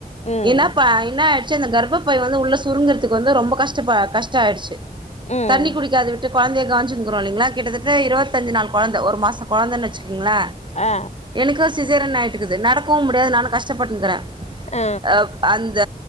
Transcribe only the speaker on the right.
இ ன்ன பா இன்ன ச்ச அந்த கர்பப்பை வந்து உள்ள சுருங்கறக்கு வந்து ரொம்ப கஷ் ப்ப கஷ்ட ஆயடுச்சு
தண்ணி குடிக்காது விட்டு குழந்தைய கவனிச்சின்கிறோம் இலங்களா கிட்டத்தட்ட இருபத்திஞ்சு நாள் குழந்தை ஒரு மாச குழந்தைனு வச்சு ங்களா
எனக்கு சீஸ்ஸரியன் ஆயிட்டுக்குது நடக்கவோ முடியாது நானு கஷ்டப்பட்டுக்கினு றே
அஹ் அந்த